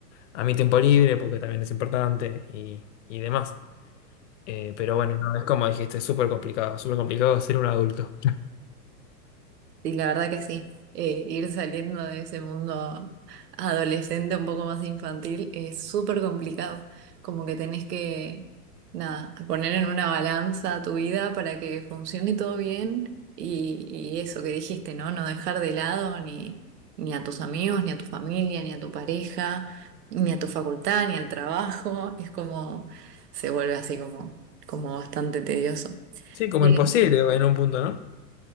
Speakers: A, on the left; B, on the right.
A: a mi tiempo libre, porque también es importante y, y demás. Eh, pero bueno, no, es como dijiste, es súper complicado, súper complicado ser un adulto.
B: Sí, la verdad que sí. Eh, ir saliendo de ese mundo adolescente un poco más infantil es súper complicado. Como que tenés que, nada, poner en una balanza tu vida para que funcione todo bien y, y eso que dijiste, ¿no? No dejar de lado ni, ni a tus amigos, ni a tu familia, ni a tu pareja, ni a tu facultad, ni al trabajo. Es como, se vuelve así como, como bastante tedioso.
A: Sí, como
B: Sí,
A: imposible en un punto, ¿no?